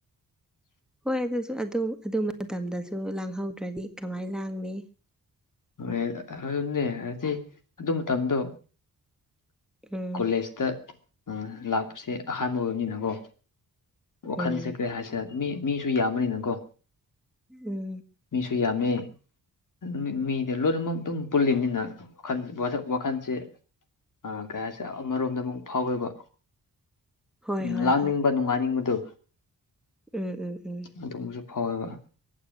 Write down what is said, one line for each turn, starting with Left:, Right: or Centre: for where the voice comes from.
Centre: ꯍꯣꯏ ꯑꯗꯨꯁꯨ ꯑꯗꯨꯝ ꯑꯗꯨ ꯃꯇꯝꯗꯁꯨ ꯂꯥꯡꯍꯧꯗ꯭ꯔꯗꯤ ꯀꯃꯥꯏ ꯂꯥꯡꯅꯤ
Left: ꯍꯣꯔꯦꯜ ꯑꯗꯨꯅꯦ ꯍꯥꯏꯗꯤ ꯑꯗꯨ ꯃꯇꯝꯗꯣ
Centre: ꯎꯝ
Left: ꯀꯣꯂꯦꯖꯇ ꯑꯥ ꯂꯥꯛꯄꯁꯦ ꯑꯍꯥꯟꯕ ꯑꯣꯏꯕꯅꯤꯅꯀꯣ ꯋꯥꯈꯜꯁꯦ
Centre: ꯎꯝ
Left: ꯀꯩ ꯍꯥꯏꯁꯤꯔꯀꯣ ꯃꯤ ꯃꯤꯁꯨ ꯌꯥꯝꯕꯅꯤꯅꯀꯣ
Centre: ꯎꯝ
Left: ꯃꯤꯁꯨ ꯌꯥꯝꯃꯦ ꯑꯗꯨꯝ ꯃꯤ ꯑꯦ ꯂꯣꯏꯅꯃꯛ ꯑꯗꯨꯝ ꯄꯨꯜꯂꯤꯃꯤꯅ ꯋꯥꯈꯟ ꯋꯥꯈꯜꯁꯦ ꯑꯥ ꯀꯩ ꯍꯥꯏꯁꯤꯔꯥ ꯑꯃꯔꯣꯝꯗ ꯑꯃꯨꯛ ꯐꯥꯎꯋꯦꯕ
Centre: ꯍꯣꯏ
Left: ꯎꯝ
Centre: ꯍꯣꯏ
Left: ꯂꯥꯡꯅꯤꯡꯕ
Centre: ꯍꯣꯏ
Left: ꯅꯨꯡꯉꯥꯏꯅꯤꯡꯕꯗꯨ
Centre: ꯎꯝ ꯎꯝ ꯎꯝ
Left: ꯑꯗꯨꯝꯕꯁꯨ ꯐꯥꯎꯋꯦꯕ